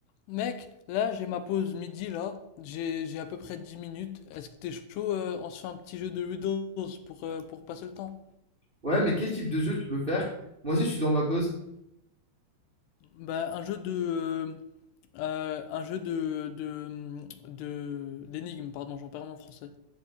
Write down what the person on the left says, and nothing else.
Mec, là j'ai ma pause midi là, j'ai j'ai à peu près 10 minutes. Est-ce que t'es chaud euh, on se fait un petit jeu de Riddles pour, euh, pour passer le temps?
Bah un jeu de euh, euh, un jeu de de de d'énigmes, pardon, j'en perds mon français.